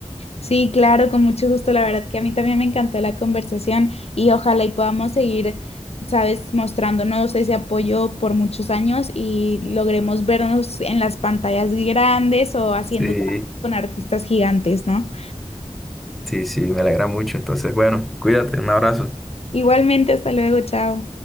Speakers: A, on the left; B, in the centre.
A: Sí, claro, con mucho gusto. La verdad que a mí también me encantó la conversación y ojalá y podamos seguir, sabes, mostrándonos ese apoyo por muchos años y logremos vernos en las pantallas grandes o haciendo
B: Sí,
A: trabajos con artistas gigantes, ¿no?
B: sí, sí, me alegra mucho. Entonces, bueno, cuídate, un abrazo.
A: Igualmente, hasta luego, chao.